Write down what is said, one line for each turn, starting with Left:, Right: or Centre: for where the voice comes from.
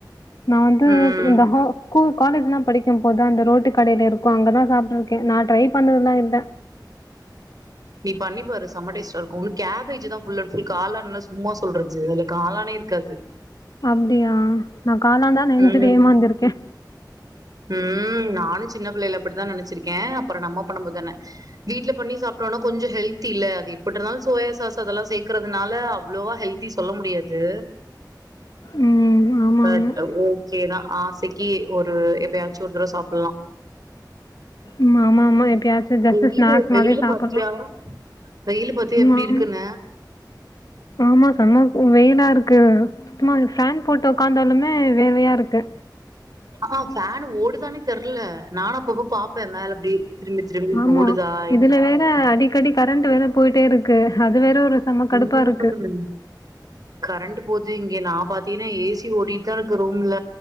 Left: நா வந்து
Right: ம்
Left: இந்த ஸ்கூல் காலேஜ்லா படிக்கும் போது அந்த ரோட்டு கடையில இருக்கு அங்கதா சாப்பிட்டு இருக்கே நா ட்ரை பண்ணதுலா இல்லை
Right: பண்ணிப்பாரு செம டேஸ்ட்டா இருக்கு கேபேஜ் தா ஃபுல் அண்ட் ஃபுல் காளான்லா சும்மா சொல்றது அதுல காளானே இருக்காது
Left: அப்டியா நா காளாந்தான்னு நெனச்சுட்டு
Right: ம்
Left: ஏமாந்திருக்கே
Right: ம் நானு சின்ன பிள்ளைல அப்டித்தா நினைச்சிருக்கே அப்புறம் நம்ம பண்ணு போதுதானே வீட்டுல பண்ணி சாப்டோனா கொஞ்சோ ஹெல்தி இல்ல அது எப்டி இருந்தாலு சோயாசாஸ் அதெல்லாம் சேர்க்கறதுனால அவ்ளோவா ஹெல்தி சொல்ல முடியாது
Left: ம் ஆமாம்
Right: பட்
Left: ஆமாம்
Right: ஓகேதா ஆசைக்கு ஒரு எப்பயாச்சு ஒரு தடவை சாப்படலா
Left: ம் ஆமா ஆமா எப்பயாச்சு ஜஸ்ட்
Right: வெயிலு
Left: ஸ்நாக்ஸ்
Right: வெயிலு
Left: மாறி சாப்டலா
Right: பாத்தியா வெயிலு பாத்தியா எப்டி
Left: ம்
Right: இருக்குன்னு
Left: ஆமா செம வெயிலா இருக் க்கு சுத்தமா ஃபேன் போட்டு உக்காந்தாலுமே வேவையா இருக்கு
Right: ஆஹ் ஃபேன் ஓடுதானே தெர்ல நானு அப்பப்ப பாப் இப்ப மேல எப்டி திரும்பி திரும்பி
Left: ஆமா
Right: ஓடுதா
Left: இதுல வேற அடிக்கடி கரண்ட் வேற போயிட்டே இருக்கு அது வேற ஒரு செம
Right: <unintelligible>
Left: கடுப்பா இருக்கு
Right: ம் கரண்ட் போச்சே இங்க நா பாத்தீங்கன்னா ஏசி ஓடிட்டு தா இருக்கு ரூம்ல